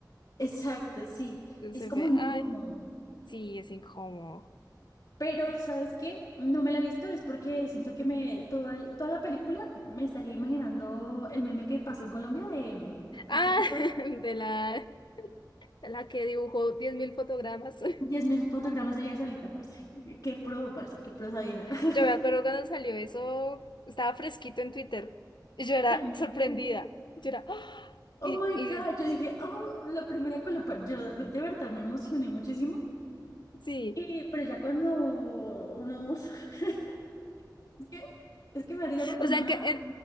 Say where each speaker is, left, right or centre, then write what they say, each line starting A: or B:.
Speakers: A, on the left; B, on the left.
A: exacto, sí.
B: Entonces
A: Es
B: se
A: como
B: ve,
A: incómodo.
B: ay, sí, es incómodo.
A: Pero, ¿sabes qué? No me la he visto, es porque siento que me, todo el- toda la película me estaría imaginando el meme que pasó en Colombia de,
B: Ah,
A: de esta chica.
B: <laughs> de la, de la que dibujó 10.000 fotogramas. <laughs>
A: 10.000 fotogramas ella solita, parce. Qué pro, parce, qué pro esa vieja. <laughs>
B: Yo me acuerdo cuando salió eso, estaba fresquito en Twitter y yo era
A: Ay,
B: sorprendida.
A: no.
B: Yo era, ¡ah!
A: Oh
B: y,
A: my
B: y
A: God, yo dije, oh, la primera Colombia. Yo de de verdad me emocioné muchísimo.
B: <laughs> sí,
A: Y, pero ya cuando uno. <laughs> Es que, es que me da risa porque
B: o
A: uno
B: sea,
A: da.
B: que en-